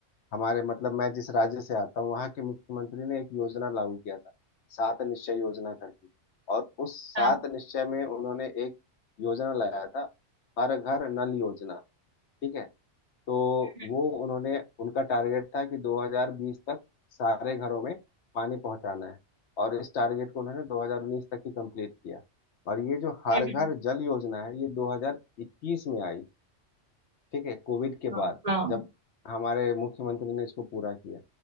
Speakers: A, on the left; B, on the right.
A: हमारे मतलब मैं जिस राज्य से आता हूँ वहाँ के मुख्यमंत्री ने एक योजना लागू किया था सात निश्चय योजना करके और उस सात
B: हाँ
A: निश्चय में उन्होंने एक योजना लाया था हर घर नल योजना ठीक है तो
B: हम्म
A: वो उन्होंने उनका टारगेट था कि 2020 तक सारे घरों में पानी पहुंचाना है और इस टारगेट को उन्होंने 2019 तक ही कंप्लीट किया और ये जो हर
B: हम्म,
A: घर जल योजना है ये 2021 में आई ठीक है कोविड के
B: हाँ
A: बाद
B: हाँ
A: जब हमारे मुख्यमंत्री ने इसको पूरा किया